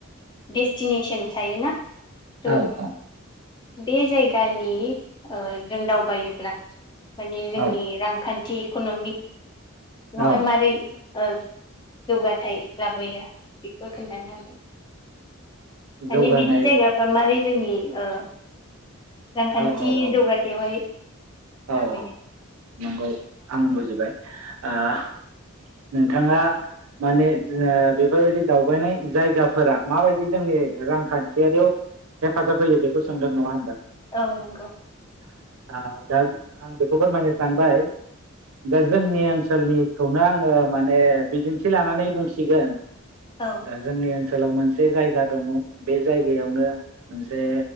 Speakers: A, on the left; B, on the right.
A: देस्टिनेसोन थायोना थ'
B: औ औ
A: बे जायगानि ओ जों दावबायोब्ला माने जोंनि
B: औ
A: रांखान्थि इकनमिक बेवहाय
B: औ
A: मारै ओ जौगाथाय लाबोयो बेखो खोन्थानो हागोन माने
B: जौगानाय
A: बिदि जायगाफ्रा मारै जोंनि ओ रांखान्थि
B: औ औ औ
A: जौगाथायावहाय
B: औ
A: लाबोयो
B: औ नंगौ आं बुजिबाय। आह नोंथाङा माने जा बेफोरबायदि दावबायनाय जायगाफोरा माबायदि जोंनि रांखान्थियारियाव हेफाजाब होयो बेखौ सोंदों नङा होनबा?
A: औ नोंगौ
B: <inaudible> दा आं बेखौ फोरमायनो सानबाय दा जोंनि ओनसोलनिखौनो आङो माने बिदिन्थि लानानै बुंसिगोन
A: औ
B: दा जोंनि ओन सोलाव मोनसे जायगा दङ बे जायगायावनो मोनसे